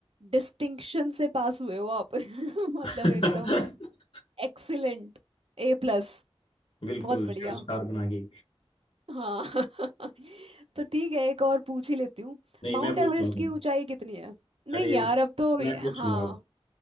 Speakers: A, on the right (about 70°); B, on the left (about 65°).
A: डिस्टिंक्शन से पास हुए हो आप <laughs> मतलब
B: <laughs>
A: एकदम एक्सीलेंट ए प्लस
B: बिल्कुल
A: बहुत बढ़िया
B: चार स्टार बनाएगी
A: हाँ <laughs> तो ठीक है एक और पूछ ही लेती हूँ
B: नहीं
A: माउंट
B: मैं पूछता
A: एवरेस्ट
B: हूँ
A: की ऊंचाई कितनी है नहीं
B: अरे
A: यार अब तो
B: मैं पूछूंगा
A: हाँ
B: अब